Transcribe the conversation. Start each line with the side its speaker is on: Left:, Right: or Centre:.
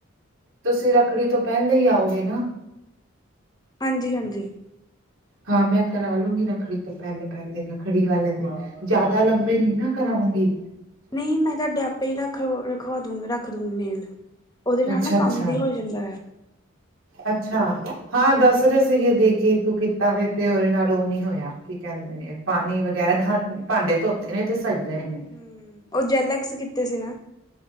Right: ਤੁਸੀਂ ਰੱਖੜੀ ਤੋਂ, ਪੈਲੇ ਈ ਆਓਗੇ ਨਾ।
Left: ਹਾਂਜੀ- ਹਾਂਜੀ।
Right: ਹਾਂ, ਮੈਂ ਕਰਾ ਲੂੰਗੀ। ਰੱਖੜੀ ਤੋਂ ਪੈਲੇ -ਪੈਲੇ ਰੱਖ- ਰਖੜੀ ਵਾਲੇ ਦਿਨ। ਜਾਦਾ ਲੰਬੇ ਨੀ, ਨਾ ਕਰਾਂਵਾਗੀ।
Left: ਨਈ ਮੈਂ ਤਾਡੇ, ਆਪੇ ਹੀ ਰੱਖ ਲਓ। ਰ- ਖਵਾ ਦੂ। ਰੱਖ ਦੂੰਗੀ ਨੇਲ, ਓਦੇ ਨਾਲ
Right: ਅੱਛਾ
Left: ਨਾ,
Right: ਅੱਛਾ
Left: ਕੰਮ ਵੀ ਹੋ ਜਾਂਦਾ ਐ।
Right: ਅੱਛਾ, ਹਾਂ ਦੱਸ ਰੇ ਸੀਗੇ ਦੀ ਕੀ, ਤੂੰ ਕੀਤਾ ਵੇ ਤੇ ਓਦੇ ਨਾਲ ਓ ਨੀ ਹੋਇਆ, ਕੀ ਕੇਂਦੇ ਏ ਪਾਨੀ ਵਗੈਰਾ ਹੱਥ, ਭਾਂਡੇ ਧੋਤ- ਤੇਰੇ ਤੇ ਤਾਂ ਸਈ ਰਏ ਨੇ। <unintelligible>
Left: ਹੂੰ, ਓ ਜਲੈਕਸ ਕੀਤੇ ਸੀ ਨਾ।